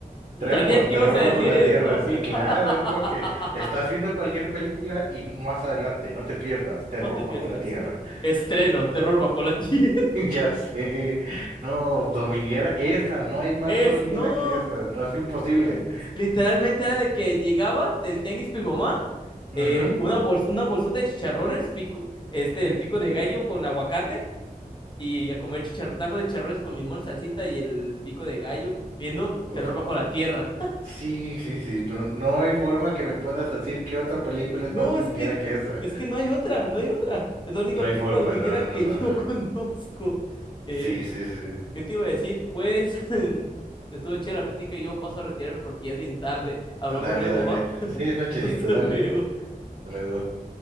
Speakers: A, on the right; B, on the left.
A: Tremor,
B: sabía que
A: Terror
B: ibas a decir
A: bajo la
B: eso.
A: tierra, sí,
B: <laughs>
A: claro, es como que estás viendo cualquier película y más adelante, no te pierdas, Terror
B: No te pierdas.
A: bajo la tierra. <laughs>
B: Estreno, terror bajo la tierra.
A: Ya sé, no, dominguera, esa, no hay más
B: <laughs> Es,
A: dominguera
B: no,
A: que esa, no es imposible.
B: literalmente era de que llegaba del tianguis con mi mamá
A: Ujú.
B: eh, una, bols- una bolsota de chicharrones, pico, este, el pico de gallo con aguacate y a comer chicharr tacos de chicharrones con limón, salsita y el pico de gallo viendo
A: Uf,
B: Terror bajo la tierra. <laughs>
A: Sí, sí, sí. No, no hay forma que me puedas decir que otra película es
B: No,
A: más dominguera
B: es que,
A: que esa.
B: es que no hay otra, no hay otra. Es la única
A: No hay
B: película
A: forma,
B: dominguera
A: no,
B: que
A: no, no.
B: yo <laughs> conozco. Eh,
A: Sí, sí, sí.
B: ¿qué te iba a decir? Pues <laughs> estuvo chévere la plática y yo paso a retirarme porque ya es bien tarde. Hablamos
A: Dale,
B: luego,
A: dale.
B: ¿va? <laughs>
A: Sí, es nochecito,
B: Hasta
A: dale.
B: luego.
A: Hasta luego.